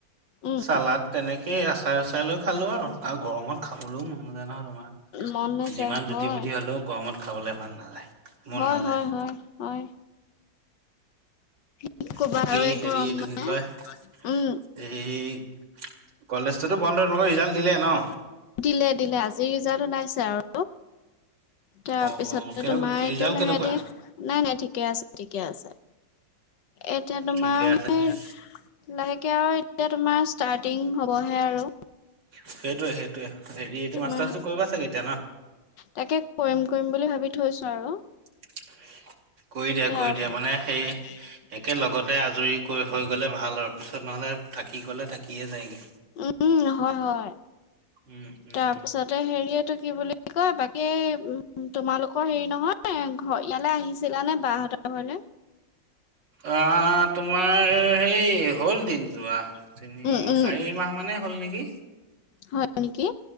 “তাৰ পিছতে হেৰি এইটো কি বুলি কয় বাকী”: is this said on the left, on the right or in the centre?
Left